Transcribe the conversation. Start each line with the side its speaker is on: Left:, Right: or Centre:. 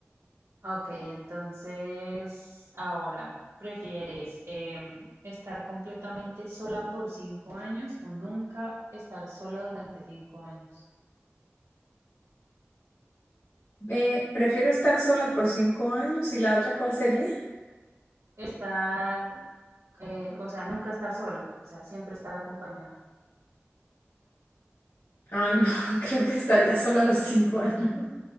Right: Ok, entonces ahora, ¿prefieres em, estar completamente sola por cinco años o nunca estar sola durante cinco años?
Left: Eh, prefiero estar sola por cinco años y la otra, ¿cuál sería?
Right: Estar, eh, o sea, nunca estar sola, o sea, siempre estar acompañada.
Left: Ay, no, <laughs> creo que estaría sola a los cinco años.